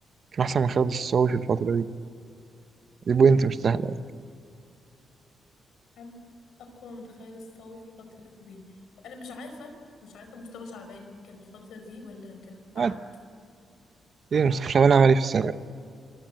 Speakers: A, on the right (about 40°); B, on the left (about 85°).
A: كان احسن من خالد الصاوي في الفترة دي دي بوينت
B: امم
A: مش سهلة يعني
B: حد اقوى من خالد الصاوي في الفترة دي هو انا مش عارفة مش عارفة مصطفى شعبان كان في الفترة دي ولا كان بعد
A: عادي ايه مصطفى شعبان عمل ايه في الثانوي